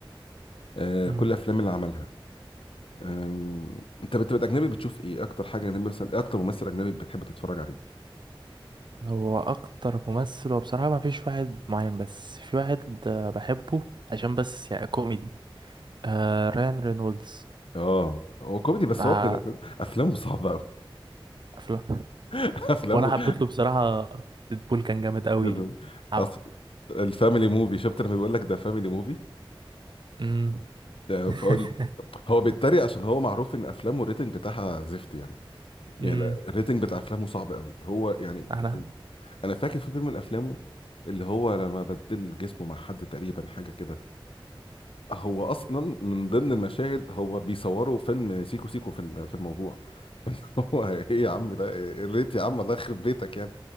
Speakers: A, on the left; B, on the right.
A: آه
B: مم.
A: كل الافلام اللي عملها آم، انت بتبقى اجنبي بتشوف ايه اكتر حاجه اجنبي مثلا إيه اكتر ممثل اجنبي بتحب تتفرج عليه
B: هو أكتر ممثل وبصراحة مفيش واحد معين بس في واحد آه، بحبه عشان بس يعني كوميدي آه ريان رينولدز
A: اه هو كوميدي بس
B: آه
A: هو ابن الأس- افلامه صعبه قوي
B: أفلام.
A: <laughs> افلامه
B: وأنا حبيت له بصراحة ديدبول كان جامد قوي
A: دول-
B: عب-
A: اصل الفاميلي موفي شفت لما بيقول لك ده فاميلي موفي
B: مم.
A: فاقول
B: <laughs>
A: هو بيتريق عشان هو معروف ان افلامه الريتنج بتاعها زفت يعني
B: مم.
A: يعني لا، الريتنج بتاع افلامه صعب قوي هو يعني
B: أنا
A: انا فاكر في فيلم من افلامه اللي هو لما بدل جسمه مع حد تقريبا حاجه كده هو اصلا من ضمن المشاهد هو بيصوروا فيلم سيكو سيكو في ال- في الموضوع <laughs> هو ايه يا عم ده إيه الريت يا عم الله يخرب بيتك يعني